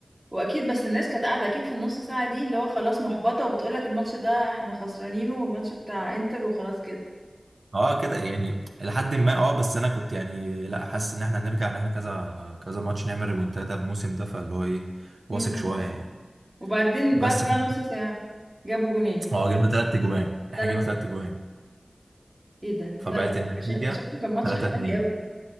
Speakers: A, on the right; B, on the right.
A: واكيد بس الناس كانت قاعده اكيد في النص ساعه دي اللي هو خلاص محبطه وبتقول لك الماتش ده احنا خسرانينه والماتش بتاع انتر وخلاص
B: اه كده يعني لحد ما اه بس انا كنت يعني لا حاسس ان احنا هنرجع ان احنا كذا كذا ماتش نعمل ريمونتادا الموسم ده فاللي هو ايه واثق
A: كده
B: شوية يعني
A: وبعدين
B: بس
A: بعد بقى
B: ف...
A: نص ساعة جابوا جونين
B: اه جبنا تلات جوان
A: تلات
B: احنا جبنا تلات جوان
A: ايه ده
B: فبقت
A: لا ده
B: النتيجة
A: شا- ده شكله كان ماتش
B: 3-2
A: حماسي قوي